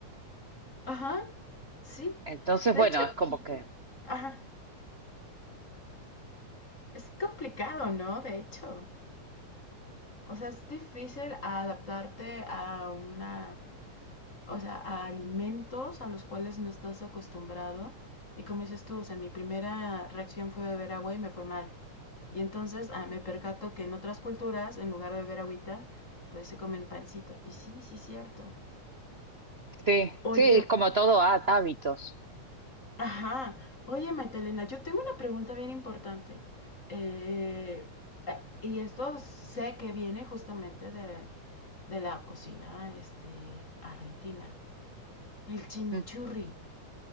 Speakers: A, on the left; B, on the right.
A: Ajá, sí.
B: Entonces,
A: De
B: bueno,
A: hecho
B: es
A: aquí,
B: como que
A: ajá, es complicado, ¿no? De hecho, o sea, es difícil adaptarte a una, o sea, a alimentos a los cuales no estás acostumbrado. Y como dices tú, o sea, mi primera reacción fue beber agua y me fue mal. Y entonces ah, me percato que en otras culturas, en lugar de beber agüita, pues se comen pancito. Y sí, sí, es cierto.
B: Sí,
A: Oye,
B: sí, es como todo há- hábitos.
A: Ajá. Oye, Magdalena, yo tengo una pregunta bien importante. Eh, eh, y esto sé que viene justamente de, de la cocina este, argentina. El chimichurri.
B: Mm.